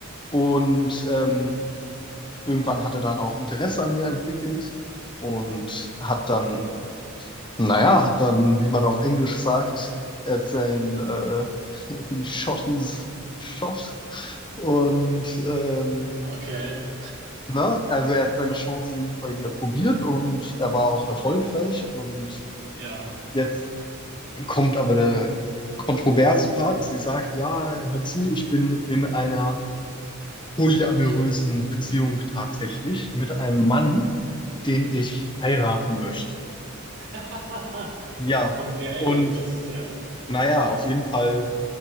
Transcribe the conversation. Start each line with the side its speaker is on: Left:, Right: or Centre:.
Left: Und ähm, irgendwann hat er dann auch Interesse an ihr entwickelt und hat dann Naja, hat dann, wie man auf Englisch sagt, er hat sein, äh, <laughs> he shot his shot und ähm,
Right: Okay,
Left: ne, also er hat seine Chancen bei ihr probiert und er war auch erfolgreich und
Right: ja.
Left: jetzt kommt aber der kontroverse Part. Sie sagt, ja, hör zu, ich bin in einer polyamorösen Beziehung tatsächlich mit einem Mann, den ich heiraten möchte.
Right: <laughs>
Left: Ja,
Right: Okay,
Left: und
Right: das ist ja.
Left: naja,
Right: <laughs>
Left: auf jeden Fall